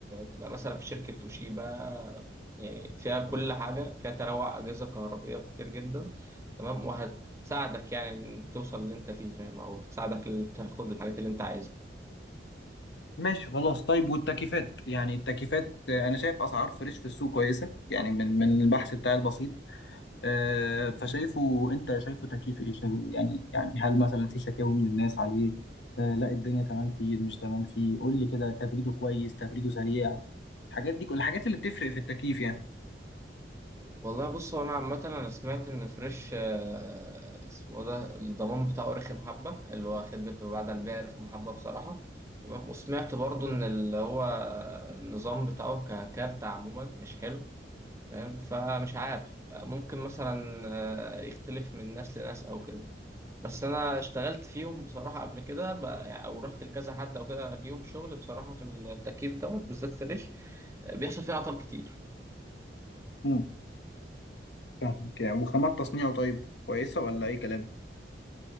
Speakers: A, on the right (about 15°); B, on the left (about 75°).
A: تبقى مثلا في شركة توشيبا يعني فيها كل حاجة فيها تنوع أجهزة كهربائية كتير جدا تمام وهتساعدك يعني إن توصل اللي أنت فيه فاهم أو تساعدك تاخد الحاجات اللي أنت عايزها
B: ماشي خلاص طيب والتكييفات يعني التكييفات آه، انا شايف اسعار فريش في السوق كويسه يعني من من البحث بتاعي البسيط آه، فشايفه انت شايفه تكييف ايه شايف- يعني يعني هل مثلا في شكاوي من الناس عليه آه، لا الدنيا تمام فيه مش تمام فيه قول لي كده تبريده كويس تبريده سريع الحاجات دي كل الحاجات اللي بتفرق في التكييف يعني
A: والله بص هو انا عامه انا سمعت ان فريش آه، اسمه إيه ده الضمان بتاعه رخم حبه اللي هو خدمه ما بعد البيع رخم حبه بصراحه تمام وسمعت برضو ان اللي هو النظام بتاعه ككارت عموما مش حلو فاهم فمش عارف ممكن مثلا آه، يختلف من ناس لناس او كده بس انا اشتغلت فيهم بصراحه قبل كده ب- يعني او رحت لكذا حد او كده ليهم شغل بصراحه في التكييف دوت بالذات فريش آه، بيحصل فيه اعطال كتير
B: امم فاهمك يعني وخامات تصنيعه طيب كويسة ولا أي كلام؟